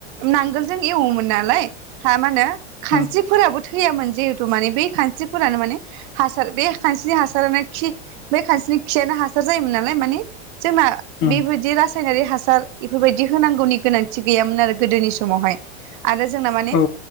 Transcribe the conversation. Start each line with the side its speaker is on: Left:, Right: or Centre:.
Right: नांगोलजों एवोमोन नालाय हा मा होनो खानस्रिफोराबो
Left: उम
Right: थैयामोन जिहेथु माने बै खानस्रिफोरानो माने हास सार बे खानस्रिनि हासारानो खि बे खानस्रिनि खियानो हासार जायोमोन नालाय माने जोमा
Left: उम
Right: बेबायदि रास सायनारि हासार एफोरबायदि होनांगौनि गोनांथि गैयामोन आरो गोदोनि समावहाय। आरो जोंना माने
Left: औ